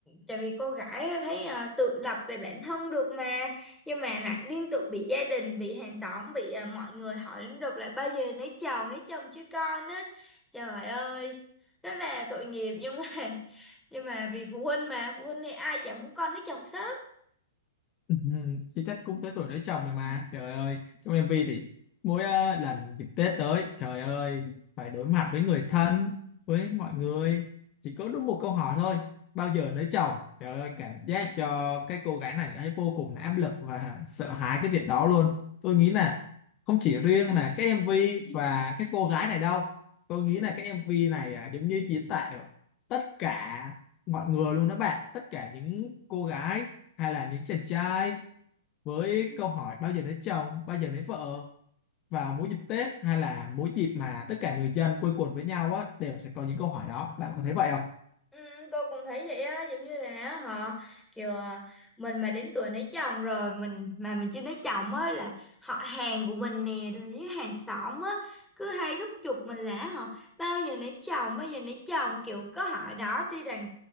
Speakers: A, in the centre; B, on the left (about 30°).
A: tại vì cô gái á, thấy ờ, tự lập về bản thân được mà, nhưng mà lại liên tục bị gia đình, bị hàng xóm, bị ờ, mọi người hỏi liên tục là bao giờ lấy chồng, lấy chồng chứ con á, trời ơi, rất là tội nghiệp nhưng mà nhưng mà vì phụ huynh mà phụ huynh thì ai chẳng muốn con lấy chồng sớm.
B: Ừ, Chứ chắc cũng tới tuổi lấy chồng rồi mà trời ơi trong MV thì mỗi ờ, lần dịp Tết tới trời ơi phải đối mặt với người thân với mọi người chỉ có đúng một câu hỏi thôi bao giờ lấy chồng trời ơi cảm giác cho cái cô gái này thấy vô cùng là áp lực và sợ hãi cái việc đó luôn tôi nghĩ là không chỉ riêng là cái MV và cái cô gái này đâu tôi nghĩ là cái MV này à, giống như diễn tả được tất cả mọi người luôn đó bạn tất cả những cô gái hay là những chàng trai với câu hỏi bao giờ lấy chồng bao giờ lấy vợ vào mỗi dịp Tết hay là mỗi dịp mà tất cả người dân quây quần với nhau á đều sẽ có những câu hỏi đó bạn có thấy vậy không
A: Ừ, tôi cũng thấy vậy á giống như là họ kiểu à, mình mà đến tuổi lấy chồng rồi mình mà mình chưa lấy chồng á là họ hàng của mình nè rồi những hàng xóm á cứ hay thúc giục mình là họ bao giờ lấy chồng bao giờ lấy chồng kiểu có hỏi đó tuy rằng